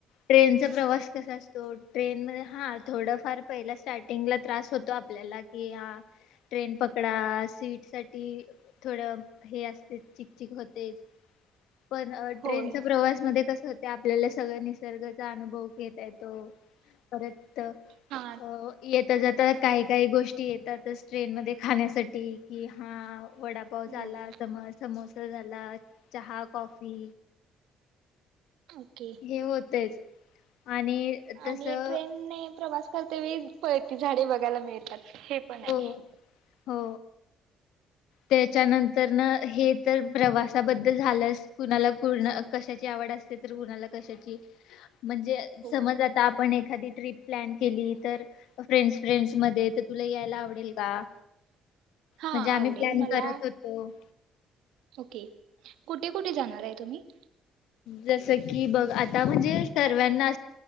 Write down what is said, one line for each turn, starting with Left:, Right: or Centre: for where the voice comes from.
Left: ट्रेन, चा प्रवास कसा असतो ट्रेन म हा थोडफार पहिला स्टार्टिंग ला त्रास होतो आपल्याला कि हा ट्रेन पकडा सीट साठी थोडं हे असते चिकचिक होते. पण ट्रेनच्या
Right: होय
Left: प्रवास मध्ये कस होत. आपल्याला सगळ्या निसर्गाचा अनुभव घेता येतो परत
Right: हा
Left: हो येत्या जरा. तर काही काही गोष्टी येतातच ट्रेन मध्ये खाण्यासाठी की हा वडापाव झाला
Right: होय
Left: सम समोसा. झाला चहा? कॉफी.
Right: ओके
Left: हे होतयच. आणि तसं
Right: आणि ट्रेन ने प्रवास. तर ते वीस ते इतकी झाडे बघायला मिळतात. हे पण
Left: हो
Right: आहे.
Left: हो त्याच्यानंतर न हे तर प्रवासाबद्दल झालंस कुणाला कुण कशाची आवड असते तर कुणाला कशाची? म्हणजे
Right: हो
Left: समज आता आपण एक एकादी ट्रिप प्लन केली तर फ्रेन्ड फ्रेन्ड मध्ये तर तुला यायला आवडेल. का
Right: हा
Left: म्हणजे आम्ही
Right: आवडेल मला
Left: करत होतो.
Right: ओके कुठे कुठे जाणार आहे तुम्ही
Left: जैसे की बग. आता म्हणजे सर्वांना